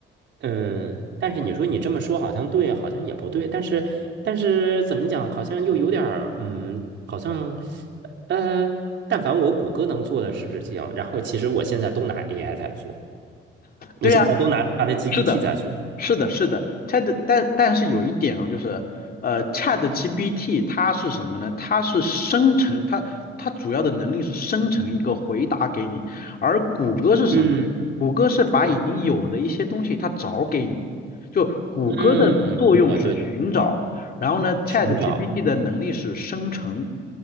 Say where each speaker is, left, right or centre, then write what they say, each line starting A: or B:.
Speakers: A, on the right; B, on the left.
A: 嗯，但是你说你这么说好像对，好像也不对，但是，但是怎么讲，好像又有点儿，嗯，好像，呃，但凡我谷歌能做的事情，然后其实我现在都拿 AI 在做，我现在都拿
B: 对呀，
A: c h a g p
B: 是的，
A: t 在做，
B: 是的，是的，Chat，但但是有一点啊，就是，呃，ChatGPT 它是什么呢？它是生成，它它主要的能力是生成一个回答给你，而谷歌是什么呢？
A: 嗯，
B: 谷歌是把已经有的一些东西它找给你，
A: 是的，
B: 就谷歌的作用是寻找，
A: 嗯，嗯对的，对的，对的，
B: 然后呢，ChatGPT
A: 寻找
B: 的能力是生成，